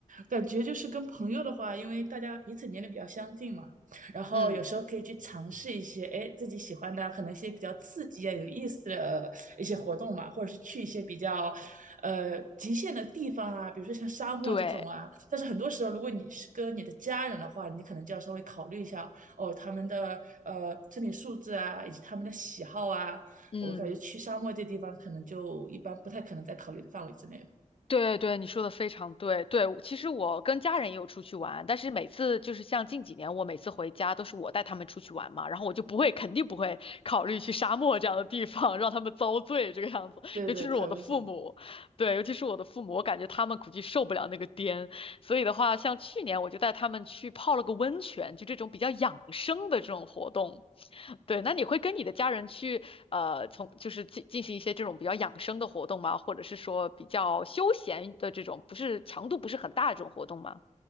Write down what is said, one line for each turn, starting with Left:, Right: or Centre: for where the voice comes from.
Right: 感觉就是跟朋友的话，因为大家彼此年龄比较相近嘛，然后有时候可以去尝试一些，
Left: 嗯，
Right: 哎，自己喜欢的，可能一些比较刺激啊、有意思的一些活动嘛，或者是去一些比较，呃，极限的地方啊，比如说像沙漠这种啊。
Left: 对，
Right: 但是很多时候，如果你是跟你的家人的话，你可能就要稍微考虑一下哦，他们的呃身体素质啊，以及他们的喜好啊。
Left: 嗯。
Right: 我感觉去沙漠这地方可能就一般不太可能在考虑的范围之内了。
Left: 对对，你说的非常对。对，其实我跟家人也有出去玩，但是每次就是像近几年，我每次回家都是我带他们出去玩嘛，然后我就不会，肯定不会考虑去沙漠这样的地方让他们遭罪这个样子。
Right: 对对，
Left: 尤其是我的父母，
Right: 太危险了。
Left: 对，尤其是我的父母，我感觉他们估计受不了那个颠，所以的话，像去年我就带他们去泡了个温泉，就这种比较养生的这种活动。对，那你会跟你的家人去呃，从就是进进行一些这种比较养生的活动吗？或者是说比较休闲的这种，不是强度不是很大的这种活动吗？